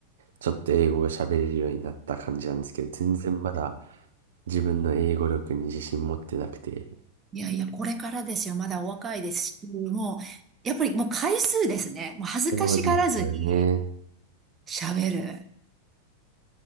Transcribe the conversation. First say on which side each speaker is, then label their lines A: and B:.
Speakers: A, on the right (about 60°); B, on the right (about 25°).
A: ちょっと英語が喋れるようになった感じなんですけど、全然まだ自分の英語力に自信持ってなくて。
B: いやいや、これからですよ。まだお若いですし、もう、やっぱりもう回数ですね。もう恥ずかしがらずに
A: そうですよね。
B: 喋る。